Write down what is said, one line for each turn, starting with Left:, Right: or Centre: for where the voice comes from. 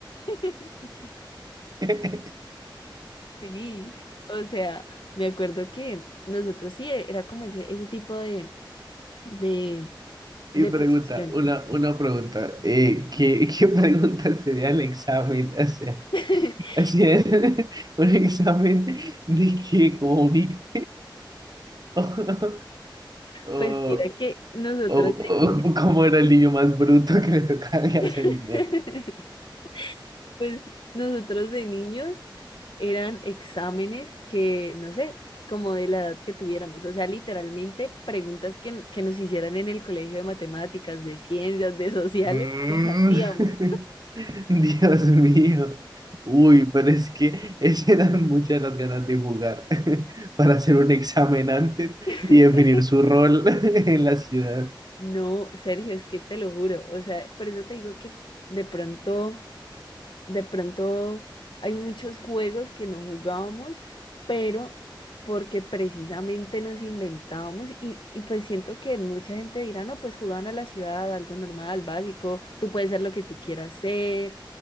Left: <laughs>
Right: <laughs>
Left: Sí, o sea, me acuerdo que nosotros sí e, era como ese, ese tipo de, de,
Right: Y
Left: de
Right: pregunta,
Left: posiciones.
Right: una, una pregunta, eh, ¿qué, qué pregunta sería el examen? O sea,
Left: <laughs>
Right: así es, <laughs> un examen de que comunique, <laughs> o, o,
Left: Pues mira que nosotros
Right: o,
Left: de niños,
Right: o como era el niño más bruto que le tocaba el gasolinero.
Left: <laughs> pues nosotros de niños eran exámenes que, no sé, como de la edad que tuviéramos, o sea, literalmente preguntas que, n- que nos hicieran en el colegio de matemáticas, de ciencias, de sociales,
Right: Mm.
Left: nos hacíamos.
Right: <laughs> Dios mío. Uy, pero es que ese dan muchas las ganas de jugar <laughs> para hacer un examen antes
Left: <laughs>
Right: y definir su rol <laughs> en la ciudad.
Left: No, Sergio, es que te lo juro, o sea, por eso te digo que de pronto, de pronto hay muchos juegos que no jugábamos, pero porque precisamente nos inventábamos y, y pues siento que mucha gente dirá, no, pues jugaban a la ciudad, algo normal, básico, tú puedes ser lo que tú quieras ser,